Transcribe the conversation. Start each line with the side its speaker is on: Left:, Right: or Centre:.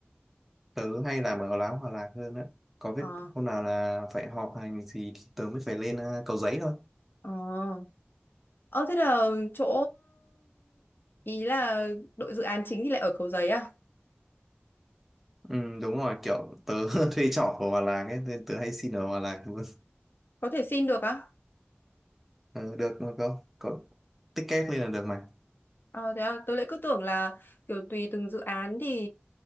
Centre: Tớ hay làm ở Láo Hòa Lạc hơn đó. Có biết
Left: Ờ,
Centre: hôm nào là phải họp hành gì thì tớ mới phải lên ờ, Cầu Giấy thôi.
Left: ờ. Ờ, thế là chỗ... Ý là đội dự án chính thì lại ở Cầu Giấy à?
Centre: Ừ, đúng rồi, kiểu tớ <laughs> thuê trọ ở Hòa Lạc ấy, nên tớ hay xin ở Hòa Lạc luôn.
Left: Có thể xin được á?
Centre: Ờ, được mà cậu, có ticket lên là được mà.
Left: Ờ, thế à, tôi lại cứ tưởng là kiểu tùy từng dự án thì